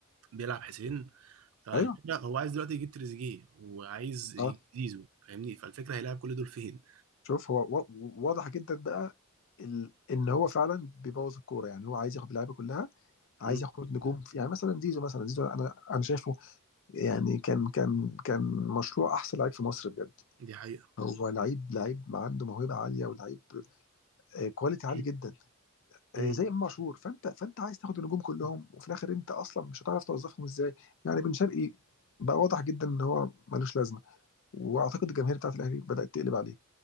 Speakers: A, on the right; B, on the left.
A: بيلعب حسين فالفكره
B: أيوه
A: هو عايز دلوقتي يجيب تريزيجيه وعايز يجيب
B: آه.
A: زيزو فاهمني فالفكره هيلاعب كل دول فين
B: شوف هو و- واضح جدا بقى ال... ان هو فعلا بيبوظ الكوره يعني هو عايز ياخد اللعيبه كلها عايز
A: مم.
B: ياخد نجوم في... يعني مثلا زيزو مثلا زيزو انا انا شايفه يعني كان كان كان مشروع احسن لعيب في مصر بجد
A: دي حقيقه
B: هو لعيب لعيب عنده موهبه عاليه ولعيب آه، كواليتي
A: <clears throat>
B: عالي جدا
A: مم.
B: آه، زي امام عاشور فانت فانت عايز تاخد النجوم كلهم وفي الاخر انت اصلا مش هتعرف توظفهم ازاي يعني بن شرقي بقى واضح جدا ان هو ملوش لازمه واعتقد الجماهير بتاعت الاهلي بدات تقلب عليه